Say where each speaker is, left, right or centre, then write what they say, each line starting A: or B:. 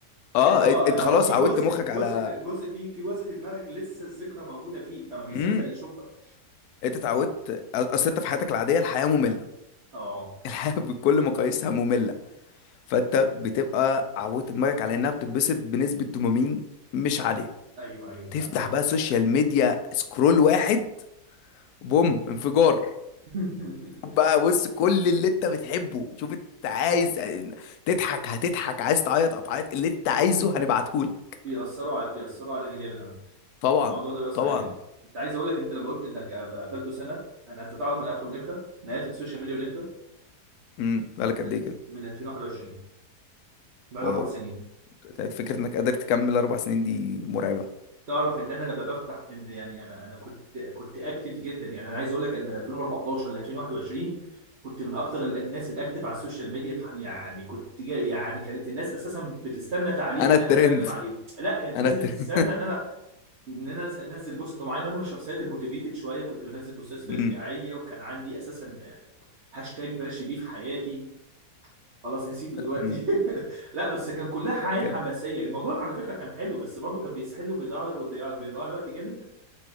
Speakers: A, on the right; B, on the left.
A: لان
B: اه
A: هو
B: إت-
A: هو
B: انت خلاص
A: في
B: عودت
A: جزء
B: مخك
A: في جزء
B: على
A: في جزء في في جزء في دماغك لسه الذكرى موجوده فيه فما بيصدق
B: امم
A: يشوفها
B: انت اتعودت أ- اصل انت في حياتك العاديه الحياه ممله
A: اه
B: الحياه <laughs> بكل مقاييسها ممله فانت بتبقى عودت دماغك على انها بتتبسط بنسبه دوبامين مش عاليه
A: ايوه ايوه
B: تفتح
A: فاهم
B: بقى سوشيال ميديا سكرول واحد بوم انفجار
A: <laughs>
B: بقى بص كل اللي انت بتحبه شوف انت عايز تضحك هتضحك عايز تعيط هتعيط اللي انت عايزه هنبعتهولك
A: بيأثروا على بيأثروا علينا جامد على فكره
B: طبعا
A: الموضوع ده بيأثر
B: طبعا
A: علينا جامد انت عايز اقول لك انت لما قلت انك قفلته سنه انا انت تعرف انا قافله من امتى؟ انا قافل السوشيال ميديا من امتى؟
B: امم بالك
A: من
B: قد ايه كده
A: من 2021 بقى
B: واو
A: لي اربع سنين
B: فكرة انك قادر تكمل اربع سنين دي مرعبة
A: تعرف ان انا لما بفتح ان يعني انا انا كنت كنت اكتف جدا يعني انا عايز اقول لك أنا من 2014 ل 2021 كنت من اكتر ال- الناس الاكتف على السوشيال ميديا في ح- يعني كنت جا يعني كانت الناس اساسا بتستنى تعليق
B: انا
A: ان
B: الترند
A: انا اسلم عليهم لا كانت
B: انا
A: الناس
B: الترند
A: بتستنى ان انا ان انا أس- انزل بوست معين وانا من الشخصيات الموتيفيتد شويه كنت بنزل بوستات تشجيعيه
B: <laughs> امم
A: وكان عندي اساسا هاشتاج ماشي بيه في حياتي خلاص نسيته دلوقتي
B: امم
A: <laughs> لا بس كان كلها حياه
B: كان
A: حماسيه الموضوع على فكره كان حلو بس برضه كان بيسحل وبيضيع بيضيع بيضيع الوقت جامد